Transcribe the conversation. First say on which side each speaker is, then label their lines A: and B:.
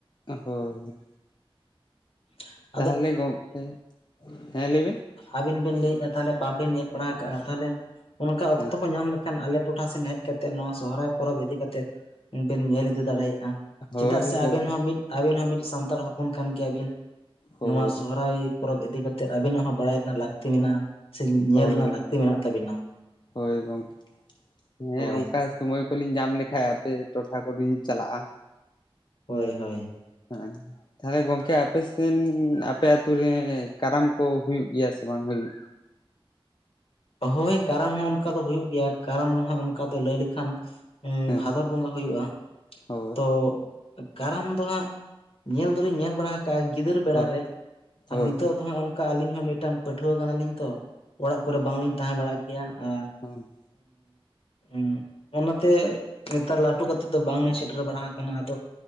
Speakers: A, on the left; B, on the left.
A: ᱳᱦ ᱦᱳᱭ᱾
B: <inaudible>
A: ᱛᱟᱦᱚᱞᱮ ᱜᱚ-ᱠᱮ ᱦᱮᱸ ᱞᱟᱹᱭ ᱵᱤᱱ᱾
B: ᱟᱵᱮᱱ ᱵᱮᱱ ᱞᱟᱹᱭ ᱮᱼᱟ ᱛᱟᱦᱚᱞᱮ ᱵᱟᱝᱵᱮᱱ ᱧᱮᱞ ᱵᱟᱲᱟ ᱠᱟᱼᱟ ᱛᱟᱦᱚᱞᱮ ᱚᱱᱠᱟ ᱚᱠᱛᱚ
A: ᱦᱮᱸ
B: ᱠᱚ ᱧᱟᱢ ᱞᱮᱼᱼ ᱠᱷᱟᱱ ᱟᱞᱮ ᱴᱚᱴᱷᱟ ᱥᱮᱱ ᱦᱮᱡ ᱠᱟᱛᱮᱫ ᱱᱚᱣᱟ ᱥᱚᱦᱚᱨᱟᱭ ᱯᱚᱨᱚᱵᱽ ᱤᱫᱤ ᱠᱟᱛᱮᱫ ᱵᱮᱱ ᱧᱮᱞ ᱤᱫᱤ ᱫᱟᱲᱮᱭᱟᱼᱟ,
A: ᱦᱳᱭ
B: ᱪᱮᱫᱟᱜ ᱥᱮ
A: ᱜᱚᱢᱠᱮ
B: ᱟᱵᱮᱱ ᱦᱚᱸ ᱢᱤᱫ ᱟᱵᱮᱱ ᱦᱚᱸ ᱢᱤᱫ ᱥᱟᱱᱛᱟᱲ ᱦᱚᱯᱚᱱ ᱠᱟᱱ ᱜᱮᱭᱟᱵᱤᱱ
A: ᱦᱳᱭ
B: ᱱᱚᱣᱟ ᱥᱚᱦᱚᱨᱟᱭ ᱯᱚᱨᱚᱵᱽ ᱤᱫᱤ ᱠᱟᱛᱮ ᱟᱵᱤᱱᱟᱜ ᱦᱚᱸ ᱵᱟᱲᱟᱭ ᱨᱮᱱᱟᱜ ᱞᱟᱠ ᱛᱤ ᱢᱮᱱᱟᱼᱟ ᱥᱮ ᱧᱮ-ᱧᱮᱞ
A: ᱦᱳᱭ
B: ᱨᱮᱱᱟᱜ ᱞᱟᱹᱠᱛᱤ ᱢᱮᱱᱟᱜ ᱛᱟᱵᱤᱱᱟ᱾
A: ᱦᱳᱭ ᱜᱚᱝᱠᱮ᱾ ᱦᱮᱸ
B: ᱦᱳᱭ
A: ᱚᱝᱠᱟ ᱥᱚᱢᱚᱭ ᱠᱚᱞᱤᱧ ᱧᱟᱢ ᱞᱮᱠᱷᱟᱡ ᱟᱯᱮ ᱴᱚᱴᱷᱟ ᱠᱚᱞᱤᱧ ᱪᱟᱞᱟᱜᱼᱟ᱾
B: ᱦᱳᱭ ᱦᱳᱭ᱾
A: ᱦᱟᱸᱼᱟᱭ ᱛᱟᱦᱚᱞᱮ ᱜᱚᱝᱠᱮ ᱟᱯᱮ ᱥᱮᱱ ᱟᱯᱮ ᱟᱹᱛᱩ ᱨᱮ ᱠᱟᱨᱟᱢ ᱠᱚ ᱦᱩᱭᱩᱜ ᱜᱮᱭᱟ ᱥᱮ ᱵᱟᱝ ᱦᱩᱭᱩᱜ?
B: ᱦᱳᱭ ᱠᱟᱨᱟᱢ ᱦᱚ ᱚᱱᱠᱟ ᱫᱚ ᱦᱩᱭᱩᱜ ᱜᱮᱭᱟ, ᱠᱟᱨᱟᱢ ᱫᱚ ᱦᱟᱸᱜ ᱚᱱᱠᱟ ᱫᱚ ᱞᱟᱹᱭ ᱞᱮᱠᱷᱟᱱ ᱩᱸ
A: ᱦᱮᱸ
B: ᱵᱷᱟᱫᱚᱨ ᱵᱚᱸᱜᱟ ᱦᱩᱭᱩᱜᱼᱟ᱾
A: ᱦᱳᱭ
B: ᱛᱚ ᱠᱟᱨᱟᱢ ᱫᱚ ᱦᱟᱸᱜ ᱧᱮᱞ ᱫᱚᱞᱤᱧ ᱧᱮᱞ ᱵᱟᱲᱟ ᱠᱟ ᱜᱤᱫᱟᱹᱨ ᱵᱮᱲᱟ
A: ᱦᱳᱭ
B: ᱨᱮ
A: ᱦᱳᱭ
B: ᱟ-ᱱᱤᱛᱚᱜ ᱫᱚ ᱦᱟᱸᱜ ᱚᱱᱠᱟ ᱟᱹᱞᱤᱧ ᱦᱚᱸ ᱢᱤᱴᱟ ᱯᱟᱹᱴᱷᱩᱣᱟᱹ ᱠᱟᱱᱟᱞᱤᱧ ᱛᱚ᱾ ᱚᱲᱟᱜ ᱠᱚᱨᱮ ᱵᱟᱝᱞᱤᱧ ᱛᱟᱦᱮᱸ ᱵᱟᱲᱟᱜ ᱜᱮᱭᱟ, ᱟᱨ
A: ᱟᱢ᱾
B: ᱩᱸ ᱚᱱᱟᱛᱮ ᱱᱮᱛᱟᱨ ᱞᱟᱹᱴᱩ ᱠᱟᱛᱮᱜ ᱫᱚ ᱵᱟᱝ ᱮ ᱥᱮᱴᱮᱨ ᱵᱟᱲᱟ ᱦᱟᱠᱟᱱᱟ ᱟᱫᱚ᱾